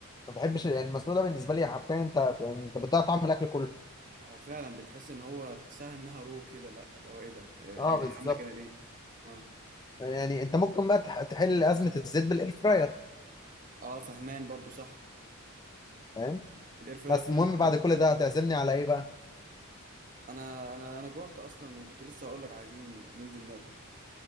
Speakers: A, on the left (about 20°); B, on the right (about 40°).
A: ما بحبش يعني المسلوق ده بالنسبه لي حرفيا انت يعني انت بتضيع طعم الاكل كله
B: هو فعلا بتحس ان هو تحسها انها رو كده لا اللي هو ايه ده إيه- إيه
A: اه
B: إيه،
A: بالظبط
B: عامله كده ليه اه
A: يعني انت ممكن بقى تح- تحل ازمه الزيت بالاير فراير
B: اه فهمان برضو صح
A: فاهم
B: الاير فراير
A: بس
B: فعلا
A: المهم
B: حدد
A: بعد كل
B: كتير
A: ده
B: قوي
A: هتعزمني على ايه بقى
B: انا انا انا جوعت اصلا وكنت لسه هقول لك عايزين ننزل ناكل